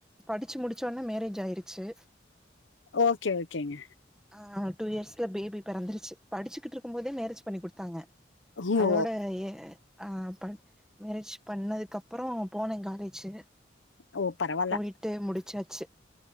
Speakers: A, in the centre; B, on the left (about 85°).
A: படிச்சி முடிச்சொன்னே மேரேஜ் ஆயிருச்சி
B: ஓகே ஓகேங்க
A: ஆ டூ இயர்ஸ்ல பேபி பொறந்துருச்சி படிச்சிட்ருக்கும் போதே மேரேஜ் பண்ணி குடுத்தாங்க
B: ஓ
A: அதோட அ மேரேஜ் பண்ணதுக்கப் அப்புறோ போனே காலேஜு
B: ஓ பரவால்ல
A: போயிட்டு முடிச்சாச்சி